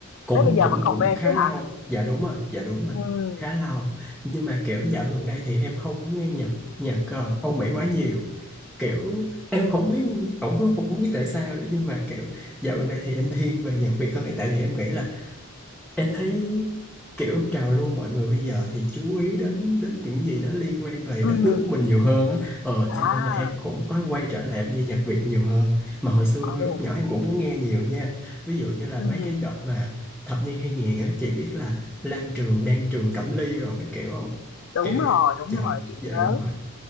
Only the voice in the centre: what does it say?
cũng
cũng
cũng
khá
lâu
dạ đúng rồi dạ đúng rồi
khá lâu nhưng mà kiểu dạo gần đây thì em không có nghe nhạc nhạc ờ, Âu Mỹ quá nhiều kiểu em không biết cũng không, không biết tại sao nữa nhưng mà kiểu dạo gần đây thì em thiên về nhạc Việt hơn tại vì em nghĩ là em thấy kiểu trào lưu mọi người bây giờ thì chú ý đến đến những gì đó liên quan về
đất nước của mình nhiều hơn á ờ
cho nên là em cũng có quay trở lại em nghe nhạc Việt nhiều hơn mà hồi xưa
lúc nhỏ em cũng có nghe nhiều nha ví dụ như là
mấy cái đợt mà thập niên 2000 á chị biết là Lam Trường Đan Trường Cẩm Ly rồi các kiểu không
kiểu vậy
dạ,
dạ
đúng rồi